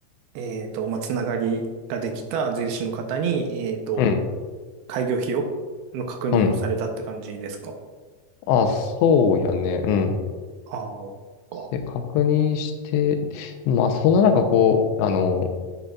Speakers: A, on the right; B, on the left.
A: えっと、まあ、つながりができた税理士の方に、えっと、
B: うん。
A: 開業費を、の確認をされたって感じですか
B: うん。あ、そうやね。うん。
A: ああ、そっか。
B: で、確認して、まあ、そんな中こう、あの